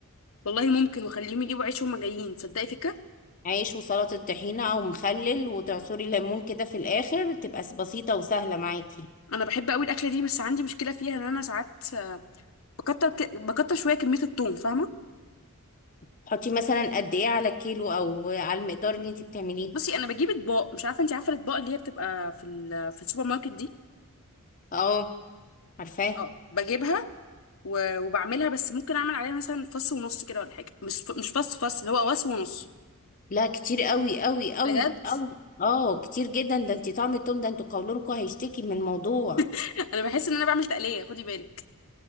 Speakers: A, on the left (about 65°); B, on the left (about 35°).
A: والله ممكن وخليهم يجيبوا عيش وهم جايين تصدقي فكره
B: عيش وسلطه طحينه او مخلل وتعصري ليمون كده في الاخر تبقى س- بسيطه وسهله معاكي
A: انا بحب قوي الاكله دي بس عندي مشكله فيها ان انا ساعات آه، بكتر ك... بكتر شويه كميه الثوم فاهمه
B: حطي مثلا قد ايه على الكيلو او على المقدار اللي انتي بتعمليه
A: بصي انا بجيب اطباق مش عارفه انت عارفه الاطباق اللي هي بتبقى في ال... في السوبر ماركت دي
B: اه عارفاه
A: اه بجيبها و... وبعملها بس ممكن اعمل عليها مثلا فص ونص كده ولا حاجه مش ف... مش فص فص اللي هو واس ونص
B: لا كتير قوي قوي قوي
A: بجد
B: قوي اه كتير جدا ده انتي طعم التوم ده انتوا قولونكوا هيشتكي من الموضوع
A: <laughs> انا بحس ان انا بعمل تقليه خدي بالك